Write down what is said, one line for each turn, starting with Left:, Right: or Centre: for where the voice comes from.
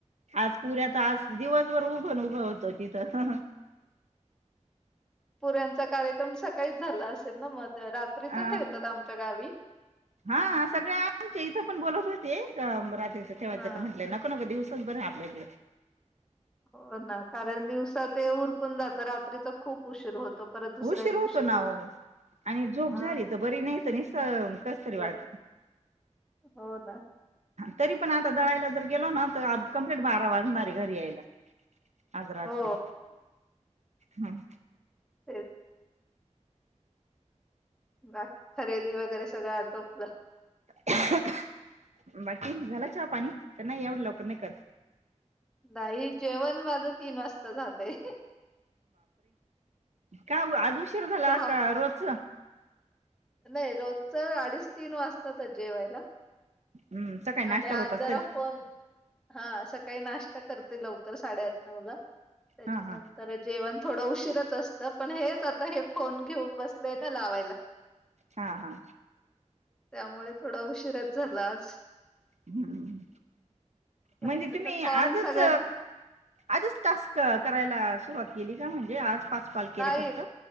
Right: आज पुऱ्यात आज दिवसभर उभं उभं होतं तिथं
Centre: पुऱ्यांचा कार्यक्रम सकाळीच झाला असेल ना मग रात्रीच
Right: अ
Centre: ठेवतात आमच्या गावी.
Right: हा सगळे आमचे इथ पण बोलत होते रात्रीच ठेवायचं
Centre: हा
Right: का म्हटलंय नको नक दिवसच बरं आहे आपल्याकडे
Centre: हो ना कारण दिवसात ते उरकून जात रात्रीचा खूप उशीर होतो परत दुसऱ्या
Right: उशीर होतो
Centre: दिवशी
Right: आणि झोप
Centre: हा
Right: झाली तर बरी नाही तर निसम कस तरी वाट
Centre: बर हो ना
Right: तरी पण आता दडयला ज गेलो ना तर कंप्लीट बारा वाजणारे घरी यायला आज राात्री
Centre: हो
Right: हम्.
Centre: <unintelligible> बाकी खरेदी वगैरे सगळं आटोपलं.
Right: बाकी झाला चहा पाणी त्यां नाही एवढं लवकर नाही कर.
Centre: नाही जेवण माझं तीन वाजता झालंय.
Right: काय आज उशार झाला
Centre: चहा
Right: का रोजच.
Centre: नाही रोजच अडीच तीन वाजताच जेवायला.
Right: हम्म सकाळी नाश्ता
Centre: आणि
Right: होत
Centre: आज
Right: असेल
Centre: जरा फोन हा सकाळी नाश्ता करते लवकर. साडे आठ नऊ ला त्याच्यानंतर
Right: हा हा
Centre: जेवण. थोडं उशीरच असतं पण हेच आता हे फोन घेऊन बसलेय ना लावायला.
Right: हा हा
Centre: त्यामुळे थोडा उशीिराच झाला आज.
Right: हम्म
Centre: त्याचा
Right: म्हणजे तुम्ही आजच
Centre: कॉल सगळ्यात
Right: आजच टास्क करायला. सुरवात केली का म्हणजे आज. पाच कॉल केले
Centre: नाही
Right: फक्त